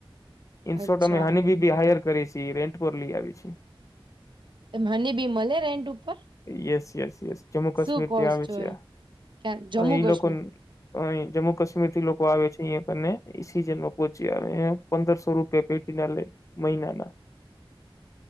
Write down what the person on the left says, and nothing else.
ઇન શોર્ટ
અમે હની બીબી હાયર કરીએ છી રેન્ટ પર લઈ આવી છે.
યસ યસ યસ જમ્મુ કાશ્મીરથી
આવે
છે
ઈ
લોકોન અહિ જમ્મુ કાશ્મીર થી લોકો આવે છે અહીં કને ઈ સીઝન પો છે ને પંદરસો રૂપિયા પેટી ના લે મહિના ના